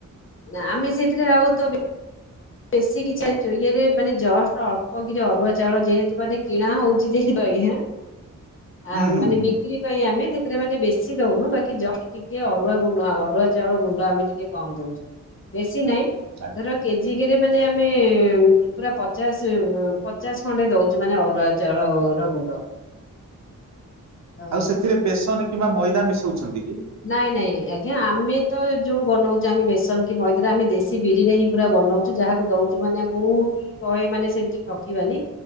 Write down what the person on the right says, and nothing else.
ହୁଁ ହୁଁ
ହୁଁ
ଆଜ୍ଞା
ଆଉ ସେଥିରେ ବେସନ କିମ୍ବା ମଇଦା ମିଶଉଛନ୍ତି କି?